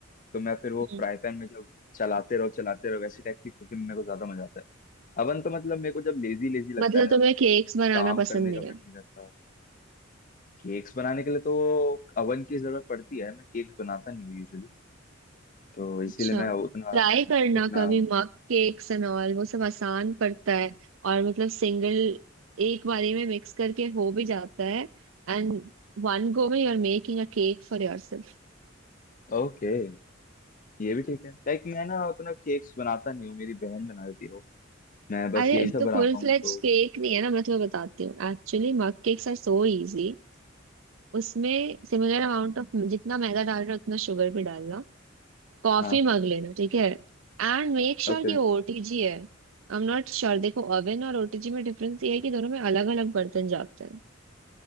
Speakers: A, on the left; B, on the right.
A: तो मैं फिर वो
B: हम्म।
A: फ्राई पैन में जब चलाते रहो चलाते रहो वैसी टाइप की कुकिंग मेरे को ज्यादा मजा आता है अवन तो मतलब मेरे को जब लेजी लेजी लगता
B: मतलब
A: है ना
B: तुम्हें केक्स बनाना
A: काम
B: पसंद
A: करने
B: नहीं
A: का मन
B: है
A: नहीं करता केक्स बनाने के लिए तो अवन की जरूरत पड़ती है मैं केक्स बनाता नहीं हूँ यूजुअली तो इसीलिए
B: अच्छा
A: मैं उतना
B: ट्राई करना
A: उतना
B: कभी मग केक्स एंड ऑल वो सब आसान पड़ता है और मतलब सिंगल एक बारी में मिक्स करके हो भी जाता है एंड वन गो में you are making a cake for yourself
A: ओके ये भी ठीक है लाइक मैं ना उतना केक्स बनाता नहीं हूँ मेरी बहन बना देती हो मैं बस
B: अरे
A: यही सब
B: तो
A: बनाता
B: फुल
A: हूँ
B: फ्लेज
A: तो
B: केक नहीं है ना मैं तुम्हें बताती हूँ actually mug cakes are so easy उसमें सिमिलर अमाउंट ऑफ जितना मैदा डाल रहे हो उतना शुगर भी डालना कॉफी
A: हाँ
B: मग लेना ठीक है एंड मेक श्योर
A: Okay
B: कि ओटीजी है आई एम नॉट श्योर देखो ओवन और ओटीजी में डिफरेंस ये है कि दोनों में अलग अलग बर्तन जाते हैं